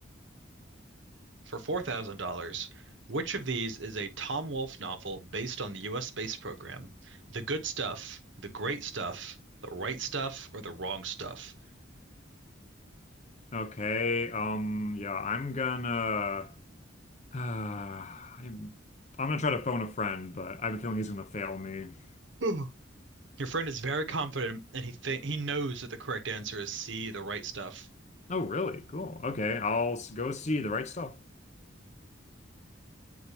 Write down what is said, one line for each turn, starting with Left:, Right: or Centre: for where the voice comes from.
Right: For $4,000, which of these is a Tom Wolfe novel based on the US space program? The Good Stuff, The Great Stuff, The Right Stuff, or The Wrong Stuff?
Left: Okay, um, yeah, I'm gonna <sighs> I'm I'm gonna try to phone a friend, but I have a feeling he's gonna fail me.
Right: Ugh. Your friend is very confident and he th he knows that the correct answer is C, the right stuff.
Left: Oh, really? Cool. Okay, I'll s- go see the right stuff.